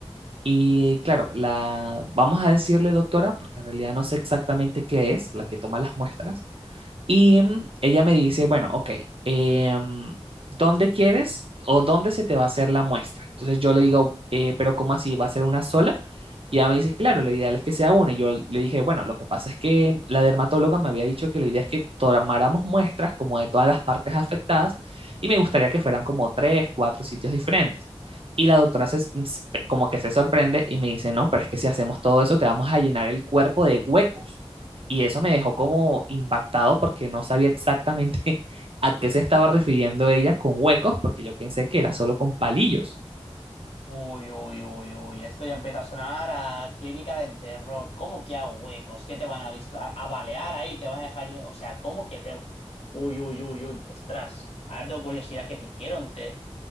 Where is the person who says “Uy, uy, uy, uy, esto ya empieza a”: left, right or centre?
Left